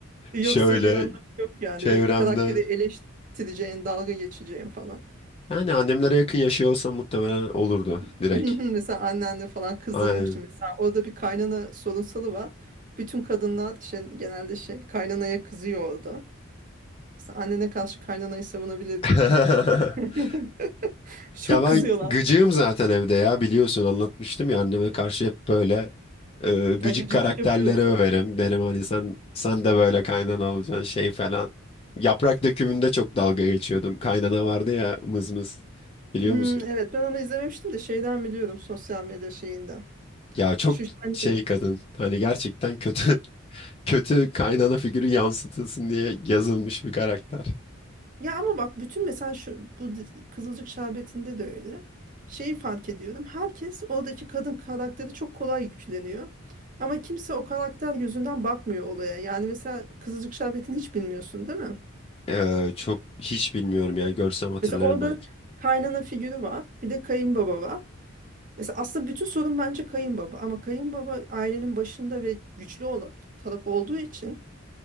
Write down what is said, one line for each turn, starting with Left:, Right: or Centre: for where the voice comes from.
Right: Yoksa
Left: şöyle
Right: bir anlamı yok yani
Left: çevremde
Right: böyle karakteri eleştireceğin, dalga geçeceğin falan.
Left: yani annemlere yakın yaşıyor olsam muhtemelen olurdu
Right: <laughs>
Left: direkt.
Right: Hı hı, Mesela annenle falan kızdırmak
Left: Aynen.
Right: için mesela orada bir kaynana sorunsalı var. Bütün kadınlar şey, genelde şey kaynanaya kızıyor orada. Mesela annene karşı kaynanayı savunabilirdin.
Left: <laughs>
Right: <laughs> Çok
Left: Ya ben
Right: kızıyorlar
Left: gıcığım
Right: sana.
Left: zaten evde ya biliyorsun anlatmıştım ya anneme karşı hep böyle e, gıcık
Right: Ya gıcıklık
Left: karakterleri
Right: yapıyorsun.
Left: överim. Derim hani sen sen de böyle kaynana olacaksın şey falan. Yaprak dökümünde çok dalga geçiyordum. Kaynana vardı ya mız mız, biliyor
Right: Hmm,
Left: musun?
Right: evet ben onu izlememiştim de şeyden biliyorum sosyal medya şeyinden.
Left: Ya çok
Right: Şu hani
Left: şey kadın hani gerçekten kötü <laughs> kötü kaynana figürü yansıtılsın diye yazılmış bir karakter.
Right: Ya ama bak bütün mesela şu bu di- Kızılcık Şerbeti'nde de öyle. Şeyi fark ediyorum. Herkes oradaki kadın karakteri çok kolay yükleniyor. Ama kimse o karakter yüzünden bakmıyor olaya. Yani mesela Kızılcık Şerbeti'ni hiç bilmiyorsun değil mi?
Left: Ee, çok hiç bilmiyorum yani görsem hatırlarım
Right: Mesela orada
Left: belki.
Right: kaynana figürü var. Bir de kayınbaba var. Mesela aslında bütün sorun bence kayınbaba. Ama kayınbaba ailenin başında ve güçlü olan taraf olduğu için